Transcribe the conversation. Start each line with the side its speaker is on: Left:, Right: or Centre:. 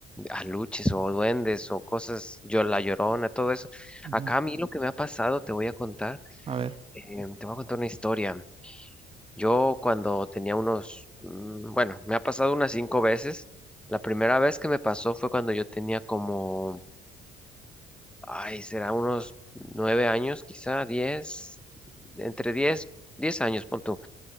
Centre: aluches o duendes o cosas, yo la llorona, todo eso.
Right: ujú.
Centre: Acá a mí lo que me ha pasado, te voy a contar.
Right: A ver.
Centre: Em, te voy a contar una historia. Yo cuando tenía unos, mm, bueno, me ha pasado unas cinco veces. La primera vez que me pasó fue cuando yo tenía como, ay, será unos nueve años, quizá diez, entre diez, diez años, pon tú.